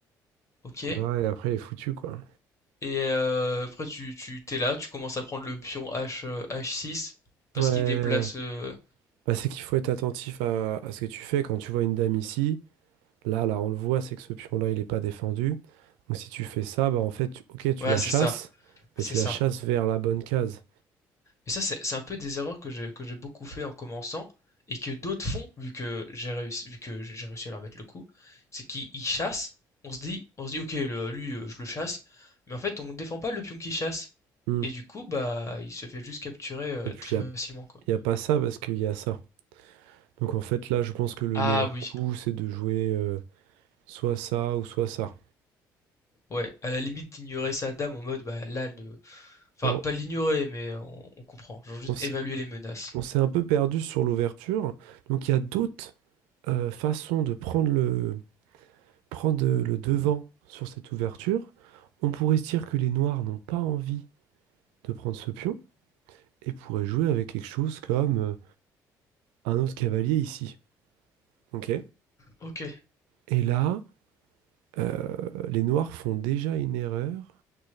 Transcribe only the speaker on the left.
ok.
Et euh, après, tu, tu t'es là, tu commences à prendre le pion H, euh, H6 parce
qu'il déplace, euh,
voilà,
c'est
ça, c'est
ça.
Et ça, c'est c'est un peu des erreurs que j'ai que j'ai beaucoup fait en commençant et que d'autres font, vu que j'ai réussi, vu que j'ai réussi à leur mettre le coup, c'est qu'ils ils chassent, on se dit, on se dit, ok, le- lui, euh, je le chasse, mais en fait, on ne défend pas le pion qui chasse.
Et du coup, bah, il se fait juste capturer euh,
très facilement,
quoi.
Ah
oui,
ouais, à la limite d'ignorer sa dame en mode, bah là, ne... enfin,
pas l'ignorer, mais euh, on, on comprend, genre juste
évaluer les menaces.
Ok,